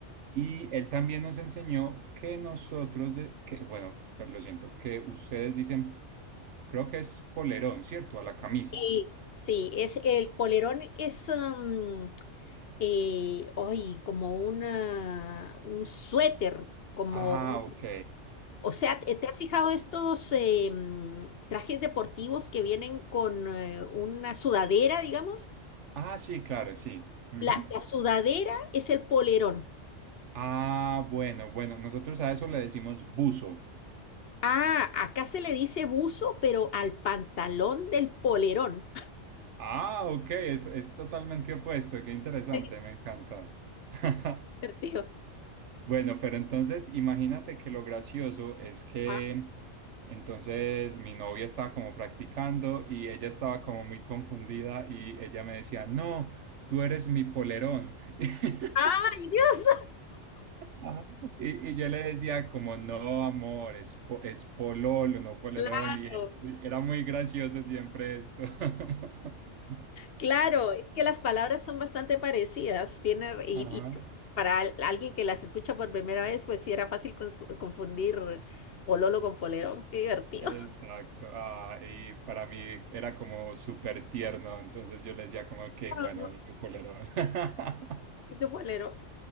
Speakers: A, on the right; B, on the left.
A: Y él también nos enseñó que nosotros, de- que, bueno, per- lo siento, que ustedes dicen, creo que es polerón, ¿cierto? A la camisa.
B: Y sí, es el polerón es um, eh, hoy como una un suéter, como,
A: Ah, ok.
B: o sea, ¿te te has fijado estos eh, mm, trajes deportivos que vienen con eh, una sudadera, digamos?
A: Ah, sí, claro, sí. Ujú.
B: La, la sudadera es el polerón.
A: Ah, bueno, bueno, nosotros a eso le decimos buzo.
B: Ah, acá se le dice buzo, pero al pantalón del polerón.
A: Ah, ok, es, es totalmente opuesto, qué interesante,
B: <laughs> Qué
A: me encanta. <laughs>
B: Divertido.
A: Bueno, pero entonces imagínate que lo gracioso es que
B: Ah,
A: entonces mi novia estaba como practicando y ella estaba como muy confundida y ella me decía, no, tú eres mi polerón. <laughs>
B: ¡Ay, Dios!
A: Ajá. Y, y yo le decía como, no, amor, es, po- es pololo, no polerón.
B: Claro,
A: Y él- era muy gracioso siempre esto. <laughs>
B: claro, es que las palabras son bastante parecidas. Tiene, y,
A: Ajá.
B: y para al- alguien que las escucha por primera vez, pues sí era fácil cons- confundir pololo con polerón. Qué divertido.
A: Exacto.
B: <laughs>
A: Ah, y para mí era como súper tierno. Entonces yo le decía como, ok,
B: Ah,
A: bueno,
B: no,
A: dime polerón. <laughs>
B: qué polerón, qué